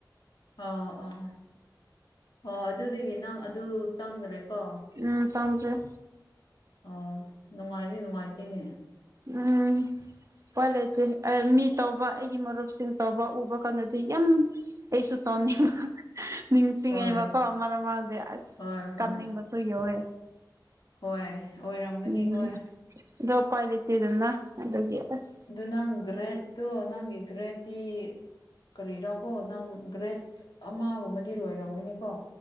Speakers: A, on the left; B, on the right.
A: ꯑꯣ ꯑꯣ ꯑꯣ ꯑꯗꯨꯗꯒꯤ ꯅꯪ ꯑꯗꯨ ꯆꯪꯗ꯭ꯔꯦꯀꯣ
B: ꯎꯝ <unintelligible>
A: ꯑꯣ ꯅꯨꯡꯉꯥꯏꯅꯤ ꯅꯨꯡꯉꯥꯏꯇꯦꯅꯦ
B: ꯎꯝ ꯀꯏ ꯂꯩꯇꯦ ꯃꯤ ꯇꯧꯕ ꯑꯩꯒꯤ ꯃꯔꯨꯞꯁꯤꯡ ꯇꯧꯕ ꯎꯕ ꯀꯥꯟꯗꯗꯤ ꯌꯥꯝ ꯑꯩꯁꯨ ꯇꯣꯅꯤꯡꯕ ꯅꯤꯡꯁꯤꯡꯉꯦꯕꯀꯣ
A: ꯍꯣꯏ
B: ꯃꯔꯛ ꯃꯔꯗꯤ ꯑꯁ
A: ꯍꯣꯏ ꯍꯣꯏ
B: ꯀꯥꯅꯤꯡꯕꯁꯨ ꯌꯧꯋꯦ
A: ꯍꯣꯏ ꯑꯣꯏꯔꯝꯒꯅꯤ
B: ꯎꯝ
A: ꯍꯣꯏ
B: ꯗꯣ ꯎꯄꯥꯏ ꯂꯩꯏꯇꯦꯗꯅ ꯑꯗꯨꯗꯗꯒꯤ ꯑꯁ
A: ꯑꯗꯨ ꯅꯪ ꯒ꯭ꯔꯦꯠꯇꯣ ꯅꯪꯒꯤ ꯒ꯭ꯔꯦꯠꯇꯤ ꯀꯔꯤꯔꯥꯀꯣ ꯅꯪ ꯒ꯭ꯔꯦꯠ ꯑꯃꯒꯨꯝꯕꯗꯤ ꯂꯣꯏꯔꯝꯒꯅꯤꯀꯣ